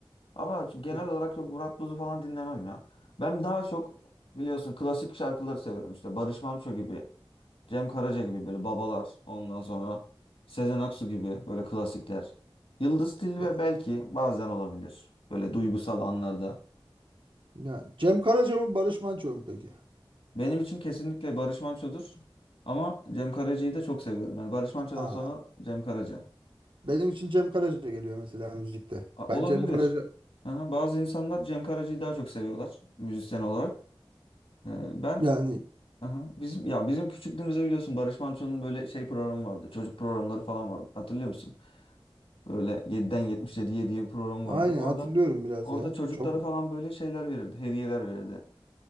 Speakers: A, on the left; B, on the right.
A: Ama genel
B: Ya,
A: olarak çok Murat Boz'u falan dinlemem ya. Ben daha çok biliyorsun klasik şarkıları seviyorum işte Barış Manço gibi. Cem Karaca gibi böyle babalar. Ondan sonra Sezen Aksu gibi böyle klasikler. Yıldız Tilbe
B: ya-
A: belki bazen olabilir. Böyle duygusal anlarda.
B: ya Cem Karaca mı Barış Manço mu peki?
A: Benim için kesinlikle Barış Manço'dur. Ama Cem Karaca'yı da çok seviyorum. Yani Barış Manço'dan
B: Aa,
A: sonra Cem Karaca.
B: benim için Cem Karaca geliyor mesela müzikte.
A: A- olabilir.
B: Ben Cem Karaca
A: Aha, bazı insanlar Cem Karaca'yı daha çok seviyorlar müzisyen olarak. Ee, ben
B: yani
A: aha, bizim ya bizim küçüklüğümüzde biliyorsun Barış Manço'nun böyle şey programı vardı. Çocuk programları falan vardı. Hatırlıyor musun? Böyle yediden yetmiş 77'ye diye bir program
B: aynen
A: vardı. Orada
B: hatırlıyorum biraz
A: orada
B: ya.
A: çocuklara
B: Çok
A: falan böyle şeyler verirdi, hediyeler verirdi.